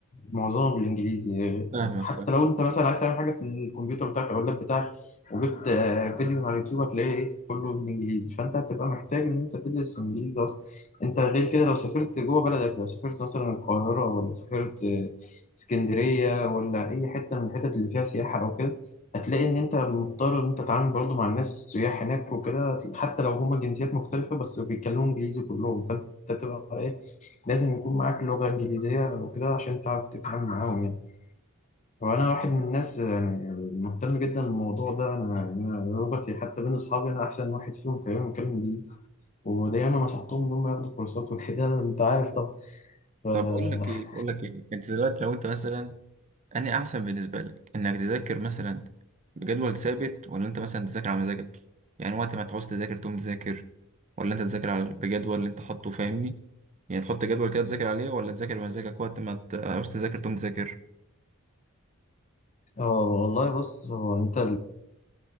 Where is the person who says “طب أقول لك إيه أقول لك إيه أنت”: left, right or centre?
Right